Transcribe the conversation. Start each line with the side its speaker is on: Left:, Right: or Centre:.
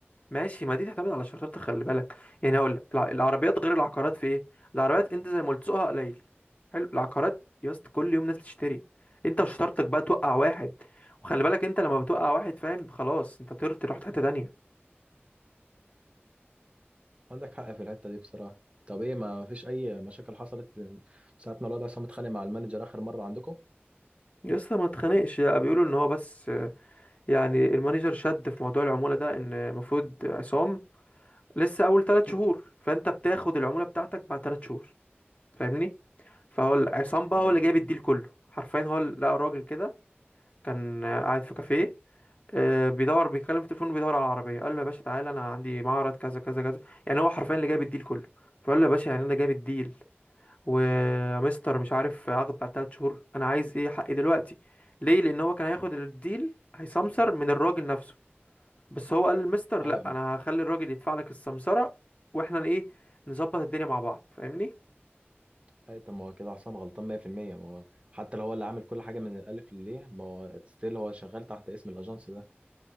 Left: ماشي ما دي تعتمد على شرطة خلي بالك يعني هقول لك الع- العربيات غير العقارات في ايه العربيات انت زي ما قلت سوقها قليل حلو العقارات يا اسطى كل يوم ناس بتشتري انت وشطارتك بقى توقع واحد وخلي بالك انت لما بتوقع واحد فاهم خلاص انت طرت رحت حتة تانية
Right: عندك حق في الحته دي بصراحه طب ايه ما فيش اي مشاكل حصلت من ساعه ما الوضع عصام اتخانق مع المانجر اخر مره عندكم
Left: يا اسطى ما تخانقش يا بيقولوا ان هو بس يعني المانجر شد في موضوع العمولة ده ان المفروض عصام لسه اول ثلاث شهور فانت بتاخد العمولة بتاعتك بعد ثلاث شهور فاهمني فهو عصام بقى
Right: حلو
Left: هو اللي جايب الديل كله حرفيا هو اللي- لقى راجل كده كان آه، قاعد في كافيه آه، بيدور بيتكلم في التليفون وبيدور على العربيه قال له يا باشا تعالى انا عندي معرض كذا كذا كذا يعني هو حرفيا اللي جايب الديل كله فقال له يا باشا يعني انا جايب الديل ومستر مش عارف اخد بعد ثلاث شهور انا عايز ايه حقي دلوقتي ليه لان هو كان هياخد الديل هيسمسر من الراجل نفسه بس هو قال للمستر
Right: ايوه
Left: لا انا هخلي الراجل يدفع لك السمسره واحنا ايه نظبط الدنيا مع بعض فاهمني
Right: اي طب ما هو كده حسام غلطان 100% ما هو حتى لو هو اللي عامل كل حاجه من الالف لليه ما هو ستيل هو شغال تحت اسم الاجانس ده